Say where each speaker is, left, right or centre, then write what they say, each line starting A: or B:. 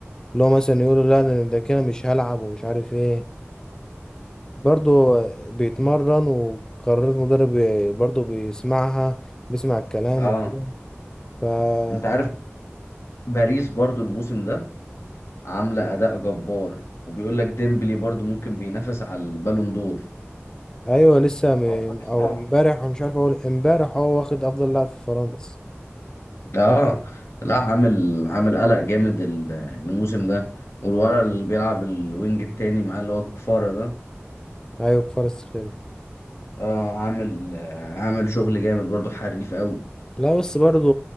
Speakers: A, on the left (about 15°); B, on the left (about 70°).
A: اللي هو مثلا يقول له لا انا ده كده مش هلعب ومش عارف ايه برضه بيتمرن وقرارات مدرب بي- برضه بيسمعها بيسمع الكلام
B: اه
A: وكده فا
B: انت عارف باريس برضو الموسم ده عامله اداء جبار وبيقول لك ديمبلي برضو ممكن بينافس على البالون دور
A: ايوه لسه م...
B: ايوه لسه
A: او امبارح مش عارف اقول امبارح هو واخد افضل لاعب في فرنسا
B: اه لا عامل عامل قلق جامد ال- الموسم ده والولد اللي بيلعب الوينج التاني معاه اللي هو كفارة ده
A: ايوه في فرنسا كده
B: اه عامل آه، عامل شغل جامد برضو حريف قوي
A: لا بس برضه